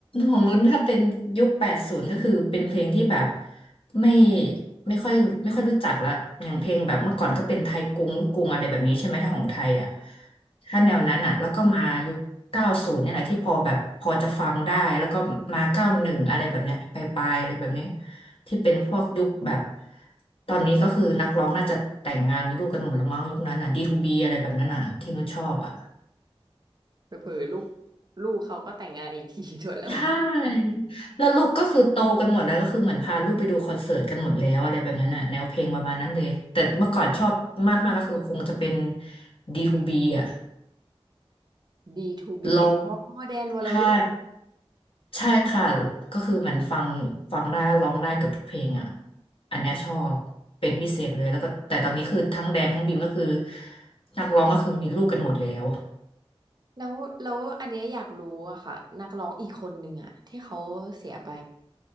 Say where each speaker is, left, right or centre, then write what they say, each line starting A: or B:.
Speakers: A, on the left; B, on the right.
A: ของนุ้นถ้าเป็นยุค80ก็คือเป็นเพลงที่แบบไม่ไม่ค่อยไม่ค่อยรู้จักละอย่างเพลงแบบเมื่อก่อนก็เป็นไทยกรุงลูกกรุงอะไรแบบนี้ใช่ไหมถ้าของไทยอ่ะถ้าแนวนั้นอ่ะแล้วก็มายุค90เนี่ยแหละที่พอแบบพอจะฟังได้แล้วก็มา91อดอะไรแบบเนี้ยไปลายๆอะไรแบบนี้ที่เป็นพวกยุคแบบตอนนี้ก็คือนักร้องน่าจะแต่งงานมีลูกกันหมดแล้วมั้งยุคนั้นอ่ะ d บีอะไรแบบนั้นอ่ะที่นุชชอบอ่ะ
B: เออเผลอๆลูกลูกเขาก็แต่งงานอีกที <laughs> ด้วยแล้วมัน
A: ใช่แล้วลูกก็คือโตกันหมดแล้วก็คือเหมือนพาลูกไปดูคอนเสิร์ตกันหมดแล้วอะไรแบบนั้นน่ะแนวเพลงประมาณนั้นเลยแต่เมื่อก่อนชอบมากๆก็คือคงจะเป็น D2B อ่ะ
B: D2B
A: ร้อง
B: อ๋อแดนวรเวท
A: ใช่ใช่ค่ะก็คือเหมือนฟังฟังได้ร้องได้เกือบทุกเพลงอ่ะอันเนี้ยชอบเป็นพิเศษเลยแล้วก็แต่ตอนนี้คือทั้งแดนทั้งบีมก็คือนักร้องก็คือมีลูกกันหมดแล้ว
B: แล้วแล้วอันเนี้ยอยากรู้อะค่ะนักร้องอีกคนหนึ่งอะที่เขาเสียไป